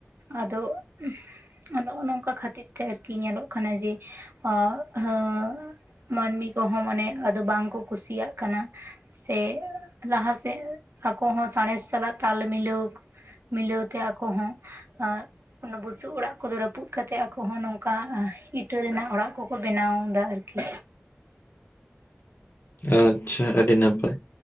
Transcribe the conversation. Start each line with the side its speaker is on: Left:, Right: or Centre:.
Right: ᱟᱫᱚ ᱩᱸ ᱟᱫᱚ ᱚᱱᱮ ᱚᱱᱝᱠᱟ ᱠᱷᱟᱹᱛᱤᱨ ᱛᱮ ᱟᱨᱠᱤ ᱧᱮᱞᱚᱜ ᱠᱟᱱᱟ ᱡᱮ ᱟᱻ ᱚᱻ ᱢᱟᱹᱱᱢᱤ ᱠᱚᱦᱚᱸ ᱢᱟᱱᱮ ᱟᱫᱚ ᱵᱟᱝᱠᱚ ᱠᱩᱥᱤᱭᱟᱜ ᱠᱟᱱᱟ ᱥᱮ ᱞᱟᱦᱟ ᱥᱮ ᱟᱠᱚ ᱦᱚᱸ ᱥᱟᱬᱮᱥ ᱥᱟᱞᱟᱜ ᱛᱟᱞ ᱢᱤᱞᱟᱹᱣ ᱢᱤᱞᱟᱹᱣ ᱛᱮ ᱟᱠᱚ ᱦᱚᱸ <unintelligible> ᱚᱱᱟ ᱵᱩᱥᱩᱵ ᱚᱲᱟᱜ ᱠᱚᱫᱚ ᱨᱟᱹᱯᱩᱫᱽ ᱠᱟᱛᱮᱜ ᱟᱠᱚ ᱦᱚᱸ ᱱᱚᱝᱠᱟ ᱤᱴᱟᱹ ᱨᱮᱱᱟᱜ ᱚᱲᱟᱜ ᱠᱚᱠᱚ ᱵᱮᱱᱟᱣᱫᱟ ᱟᱨᱠᱤ᱾
Left: ᱟᱪᱪᱷᱟ ᱟᱹᱰᱤ ᱱᱟᱯᱟᱭ᱾